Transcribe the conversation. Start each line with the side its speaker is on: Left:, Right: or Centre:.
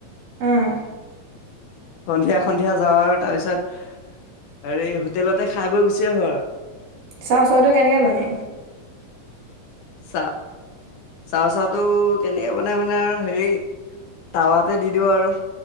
Right: উম
Left: সন্ধিয়া সন্ধিয়া যাওঁ আৰু, তাৰপিছত হেৰি হোটেলতে খাই বৈ গুচি আহো আৰু।
Right: চাওঁ চাওঁটো কেনেকৈ বনায়?
Left: চা চাওঁ চাওঁটো কেনেকৈ বনাই মানে আৰু হেৰি টাৱাতে দি দিওঁ আৰু।